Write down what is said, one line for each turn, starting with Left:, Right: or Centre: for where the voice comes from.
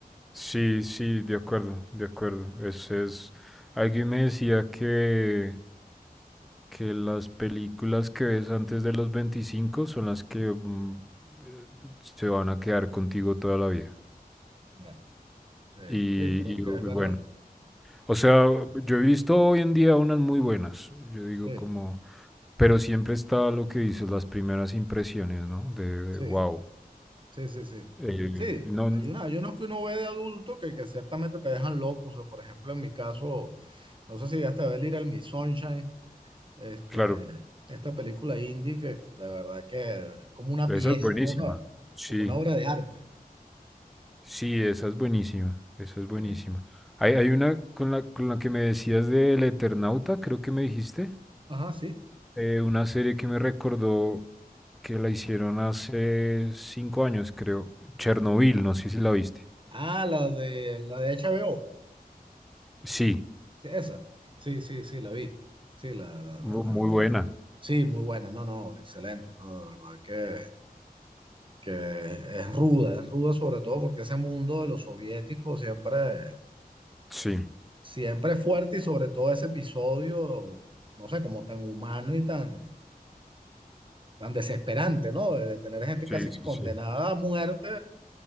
Centre: Sí, sí, de acuerdo, de acuerdo. Es, es... Alguien me decía que, que las películas que ves antes de los 25 son las que mm, eh, se van a quedar contigo toda la vida.
Right: Ya, Sí,
Centre: Y,
Right: sí, creo
Centre: y,
Right: que
Centre: y
Right: es verdad.
Centre: bueno, o sea, yo he visto hoy en día unas muy buenas, yo digo
Right: Sí,
Centre: como, pero siempre está lo que dices, las primeras impresiones, ¿no? De,
Right: sí.
Centre: wow.
Right: Sí, sí, sí.
Centre: Eh,
Right: Sí,
Centre: no,
Right: hay
Centre: n-
Right: una, hay unos que uno ve de adulto que, que ciertamente te dejan locos. O, sea por ejemplo, en mi caso, no sé si llegaste a ver Little Miss Sunshine, este,
Centre: claro,
Right: esta película indie que de verdad que es como una
Centre: esa
Right: pieza,
Centre: es buenísima.
Right: ¿no? O sea,
Centre: Sí.
Right: como una obra de arte.
Centre: Sí, esa es buenísima, esa es buenísima.
Right: Sí.
Centre: Hay, hay una con la, con la que me decías del Eternauta, creo que me dijiste,
Right: Ajá, sí.
Centre: eh, una serie que me recordó que la hicieron hace cinco años, creo, Chernobyl, no sé si la viste.
Right: Ah, la de, la de HBO.
Centre: Sí,
Right: Sí, esa. Sí, sí, sí, la vi. Sí, la, la, la,
Centre: bu-
Right: la,
Centre: muy
Right: la
Centre: buena.
Right: vi. Sí, muy buena. No, no, excelente. No, de verdad que. que es ruda, es ruda sobre todo porque ese mundo de los soviéticos siempre,
Centre: Sí,
Right: siempre es fuerte y sobre todo ese episodio, no sé, como tan humano y tan, tan desesperante, ¿no? De, de tener gente
Centre: sí,
Right: casi que
Centre: sí,
Right: condenada
Centre: sí.
Right: a muerte